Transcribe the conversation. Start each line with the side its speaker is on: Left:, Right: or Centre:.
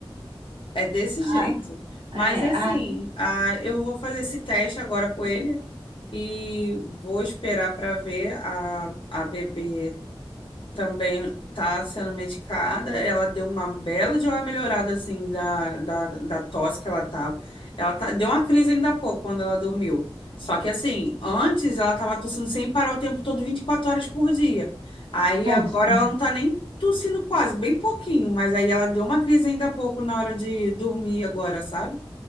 Left: É desse
Right: Ah,
Left: jeito. Mas
Right: é,
Left: assim,
Right: ai,
Left: ah, eu vou fazer esse teste agora com ele e vou esperar para ver a, a bebê também tá sendo medicada. Ela deu uma bela de uma melhorada, assim, da, da, da tosse que ela tava. Ela tá, deu uma crise ainda há pouco, quando ela dormiu. Só que, assim, antes ela tava tossindo sem parar o tempo todo, 24 horas por dia. Aí
Right: tadinho.
Left: agora ela não tá nem tossindo quase, bem pouquinho. Mas aí ela deu uma crise ainda há pouco na hora de dormir agora, sabe?